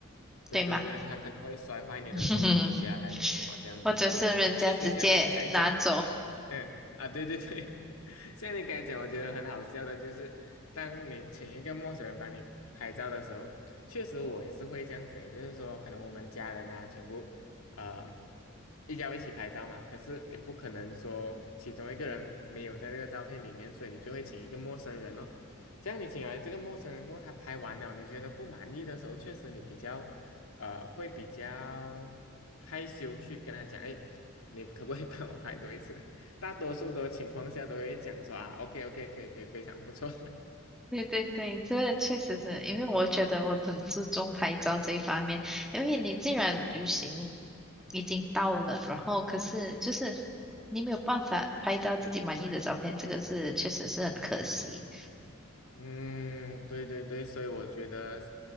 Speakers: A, on the left; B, in the centre.
A: 对对对，
B: 对吗？
A: 他可能会摔坏你的手机呀、
B: <laughs>
A: 还是什么这样子。
B: 或者是人家直接拿走。
A: 对，确实像你刚才讲，嗯啊，对对对，<laughs> 像你刚才讲，我觉得很好笑的，就是当你请一个陌生人帮你拍照的时候，确实我也是会这样子欸，也就是说，可能我们家人啊，全部呃一家一起拍照嘛，可是你不可能说其中一个人没有在这个照片里面，所以你就会请一个陌生人哦。这样你请来这个陌生人过后，他拍完了，你觉得不满意的时候，确实你比较呃会比较害羞去跟他讲，哎，你可不可以帮我拍多一次？大多数的情况下都会讲说啊，OK OK，可以可以，非常不错。
B: 对对对，这确实是因为我觉得我很注重拍照这一方面，
A: <laughs> 嗯
B: 因为你既然旅行
A: 嗯，
B: 已经到了，然后可是就是你没有办法拍到自己满意的照片，这个是确实是很可惜。
A: 嗯，对对对，所以我觉得